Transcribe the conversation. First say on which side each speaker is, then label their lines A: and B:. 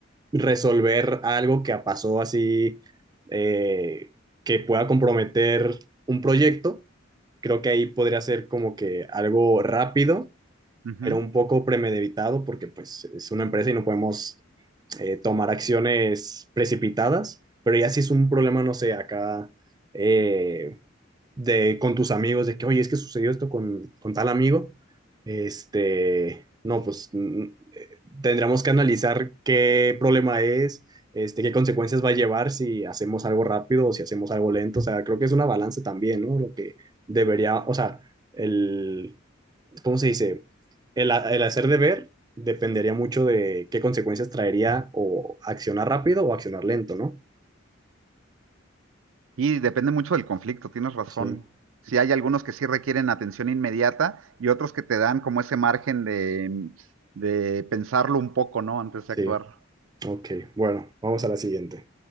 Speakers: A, on the right (about 20°); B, on the right (about 80°).
A: resolver algo que pasó así, eh, que pueda comprometer un proyecto Creo que ahí podría ser como que algo rápido,
B: Ujú.
A: pero un poco premeditado porque pues es una empresa y no podemos eh, tomar acciones precipitadas, pero ya si es un problema, no sé, acá eh, de, con tus amigos, de que, oye, es que sucedió esto con, con tal amigo, este, no, pues mm, mm, eh, tendremos que analizar qué problema es, este, qué consecuencias va a llevar si hacemos algo rápido o si hacemos algo lento. O sea, creo que es una balanza también, ¿no? Lo que debería, o sea, el, ¿cómo se dice? El, ha- el hacer deber dependería mucho de qué consecuencias traería o accionar rápido o accionar lento, ¿no?
B: Y depende mucho del conflicto, tienes razón.
A: Sí,
B: si hay algunos que sí requieren atención inmediata y otros que te dan como ese margen de, de pensarlo un poco, ¿no? Antes
A: sí.
B: de actuar.
A: Ok, bueno, vamos a la siguiente.